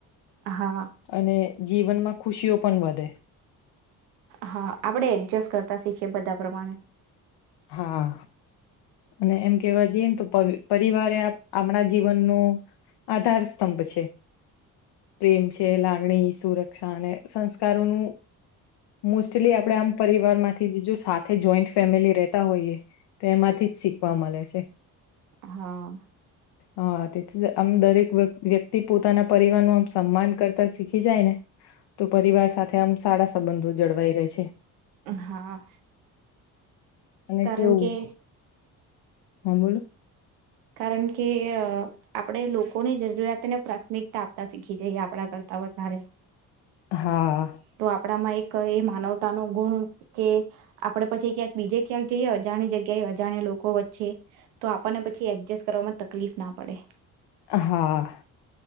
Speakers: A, on the right; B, on the left.
A: હા
B: અને જીવનમાં ખુશીઓ પણ વધે
A: હા આપણેે એડજસ્ટ કરતા શીખીએ બધા પ્રમાણે
B: હા અને એમ કેવા જઈને તો પ પરિવારે આપણા જીવનનો આધાર સ્તંભ છે પ્રેમ છે લાગણી સુરક્ષા અને સંસ્કારોનું મોસ્ટલી આપેણે આમ પરિવાર માંથીજ સાથે જોઈન્ટ ફેમિલી રે તા હોઈએ તો એમાંથી જ શીખવા મળે છે
A: હા
B: હા તેથી આમ દરેક વ્યક્તિ પોતાના પરિવાર નુ આમ સન્માન કરતા શીખી જાય ને તો પરિવાર સાથે આમ સારા સંબંધો જળવાઈ રહે છે.
A: હા
B: અને
A: કારણ
B: કેવું
A: કે
B: હમ્મ બોલ
A: કારણ કે આપણેે લોકોની જરૂરિયાતને પ્રાથમિકતા આપતા શીખી જઈએ આપણા કરતા વધારે
B: હા
A: તો આપડામાં એક એ માનવતા નો ગુણ કે આપડે પછી ક્યાંક બીજે ક્યાંક જઈએ અજાણ જગ્યાએ અજાણ્યા લોકો વચ્ચે તો આપણને પછી એ એડજસ્ટ કરવામાં તકલીફ ના પડે
B: હા